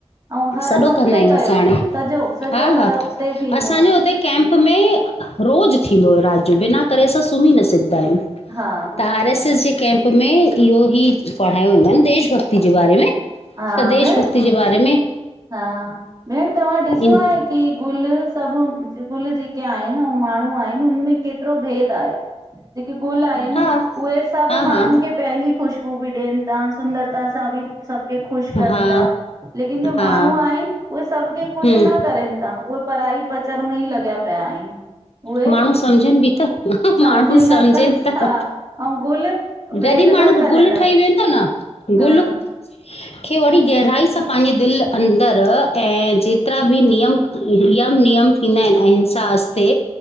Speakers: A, on the right; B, on the left.
A: अंऊँ हर
B: सॼो
A: हफ़्ते
B: कंदा आहियूं
A: कयो,
B: असां हाणे
A: सॼो, सॼो
B: हा
A: हर
B: हा
A: हफ़्ते थींदो
B: असांजो
A: आ
B: हुते कैंप में रोज़ थींदो हुयो राति जो बिना करे असां सुम्ही न सघदा आहियूं
A: हा बिल्कुलु
B: त आर एस एस जे कैम्प में इहो ही पढ़ायो वेंदो आहिन देश भक्ति जे बारे में
A: हा
B: त देश
A: भेण
B: भक्ति जे बारे में
A: हा भेण तव्हां ॾिसो
B: इन
A: आहे कि गुल सभु गुल जेके आहिनि हो माण्हू आहि हुन में केतिरो भेद आहे जेके गुल आहिनि
B: हा
A: उहे सभु
B: हा
A: माण्हुनि
B: हा
A: खे पंहिंजी ख़ुशबू बि ॾियनि था, सुंदरता सां बि सभु खे ख़ुशि कनि
B: हा
A: था, लेकिन जो माण्हू
B: हा
A: आहिनि, उहे सभु ख्रे ख़ुशि
B: हम्म
A: न करेनि था, उहे पराई पचर में ई लॻिया पिया आहिनि उहे
B: माण्हू सम्झनि बि त,
A: सम्झनि
B: माण्हू
A: न
B: समझेनि
A: था
B: त
A: हा ऐं गुल
B: जॾहिं
A: भेद
B: माण्हू
A: न करनि
B: गुल
A: था
B: ठही वेंदो न,
A: हा
B: गुल खे वड़ी गहराई सां पांहिंजे दिलि अंदर ऐं जेतिरा बि नियम यम-नियम थींदा आहिनि अहिंसा अस्ते